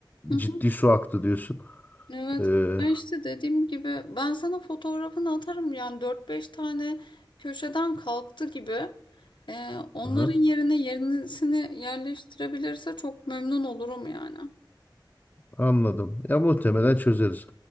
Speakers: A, on the left (about 70°); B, on the left (about 20°).
A: hı
B: ciddi
A: hı.
B: su aktı diyorsun.
A: Evet.
B: Ee,
A: Ya işte dediğim gibi ben sana fotoğrafını atarım. Yani dört beş tane köşeden kalktı gibi. Ee, onların
B: aha,
A: yerine yenisini yerleştirebilirse çok memnun olurum yani.
B: anladım. Ya muhtemelen çözeriz.